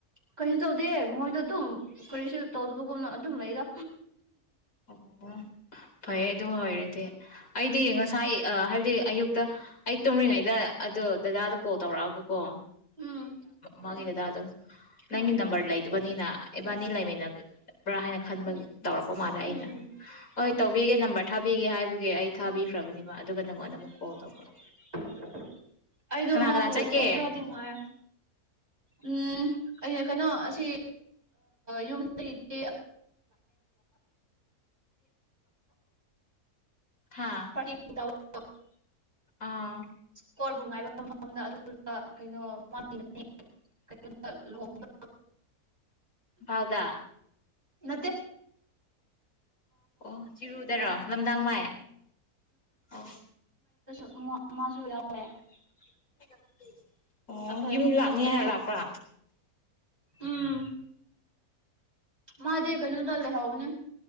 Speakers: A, on the right (about 25°); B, on the left (about 65°).
A: ꯀꯔꯤꯁꯨ ꯇꯧꯗꯦ ꯃꯣꯏꯗꯣ ꯑꯗꯨꯝ ꯀꯔꯤꯁꯨ ꯇꯧꯗꯕꯒꯨꯝꯅ ꯑꯗꯨꯝ ꯂꯩ ꯑꯩꯗꯣ
B: ꯑꯣ ꯐꯩ ꯑꯗꯨ ꯑꯣꯏꯔꯗꯤ ꯑꯩꯗꯤ ꯉꯁꯥꯏ ꯍꯥꯏꯕꯗꯤ ꯑꯌꯨꯛꯇ ꯑꯩ ꯇꯨꯝꯔꯤꯉꯩꯗ ꯑꯗꯨꯗꯣ ꯗꯗꯥꯗ ꯀꯣꯜ ꯇꯧꯔꯛꯑꯒ ꯀꯣ
A: ꯎꯝ
B: ꯃꯒꯤꯗꯗ ꯑꯗꯨ ꯅꯪ
A: ꯎꯝ
B: ꯏ ꯅꯝꯕꯔꯂꯥꯏꯨ ꯅꯤꯅ ꯃꯅꯤꯂ ꯏꯃꯤ ꯕ꯭ꯔꯥ ꯍꯥꯏꯅ ꯈꯟꯕ ꯇꯧꯔꯛꯄ ꯃꯥꯂꯦ ꯑꯩꯅ
A: ꯎꯝ
B: ꯍꯣꯏ
A: ꯎꯝ
B: ꯇꯧꯕꯤꯒꯦ ꯅꯝꯕꯔ ꯊꯥꯕꯤꯒꯦ ꯍꯥꯏꯕꯒꯤ ꯑꯩ ꯊꯥꯕꯤꯈ꯭ꯔꯕꯅꯤ ꯑꯗꯨꯒ ꯅꯪꯉꯣꯟꯗ ꯑꯃꯨꯛ ꯀꯣꯜ
A: <unintelligible>
B: ꯇꯧꯕ
A: ꯑꯩꯗꯣ
B: ꯀꯅꯥ
A: ꯃꯥꯕꯨ
B: ꯀꯅꯥ ꯆꯠꯀꯦ
A: ꯈꯔꯗꯤ ꯉꯥꯏ ꯎꯝ ꯑꯩꯅ ꯀꯩꯅꯣ ꯁꯤ ꯌꯨꯝꯗ ꯂꯩꯈ
B: ꯍꯥ
A: <unintelligible> <unintelligible> <unintelligible>
B: ꯑꯥ
A: ꯀꯣꯔꯕꯨ ꯉꯥꯏꯕ ꯃꯐꯝꯗ ꯑꯗꯨꯗꯨ ꯀꯩꯅꯣꯅꯤ <unintelligible>
B: ꯍꯥꯎꯗ
A: ꯅꯠꯇꯦ
B: ꯑꯣ ꯆꯤꯔꯨꯗꯔꯣ ꯂꯝꯗꯥꯡ ꯃꯥꯏ ꯑꯣ
A: <unintelligible>
B: <unintelligible> ꯑꯣ
A: ꯑꯩꯈꯣꯏ
B: ꯌꯨꯝ
A: ꯑꯍꯨꯝ
B: ꯂꯥꯛꯅꯤꯉꯅ
A: ꯆꯠꯂꯦ ꯑꯗꯣ
B: ꯂꯥꯛꯄ꯭ꯔꯥ
A: ꯎꯝ ꯃꯥꯗꯤ ꯀꯩꯅꯣꯗ ꯂꯩꯍꯧꯕꯅꯦ